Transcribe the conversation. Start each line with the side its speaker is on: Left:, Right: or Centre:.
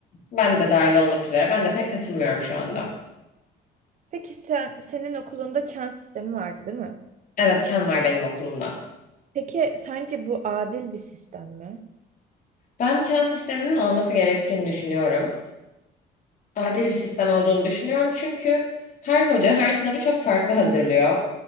Left: Ben de dahil olmak üzere. Ben de pek katılmıyorum şu anda.
Right: Peki sen, senin okulunda çan sistemi vardı, değil mi?
Left: Evet, çan var benim okulumda.
Right: Peki sence bu adil bir sistem mi?
Left: Ben çan sisteminin olması gerektiğini düşünüyorum. adil bir sistem olduğunu düşünüyorum. Çünkü her hoca her sınavı çok farklı hazırlıyor.